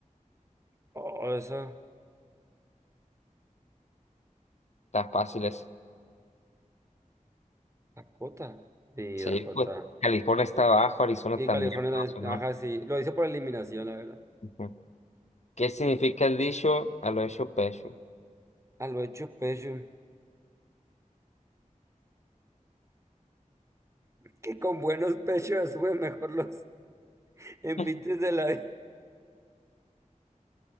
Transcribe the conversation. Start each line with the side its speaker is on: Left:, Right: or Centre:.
Right: Oh, eso.
Left: Está fácil esa.
Right: Dakota. Sí,
Left: Sí,
Right: Dakota.
Left: pues, California está abajo, Arizona
Right: Y
Left: también,
Right: California
Left: pero
Right: también.
Left: hacia el
Right: Ajá, sí. Lo hice por eliminación, la verdad.
Left: Ujú. ¿Qué significa
Right: Y-
Left: el dicho a lo hecho pecho?
Right: A lo hecho pecho. que con buenos pechos ya sube mejor los <laughs> envites
Left: <laughs>
Right: de la vida.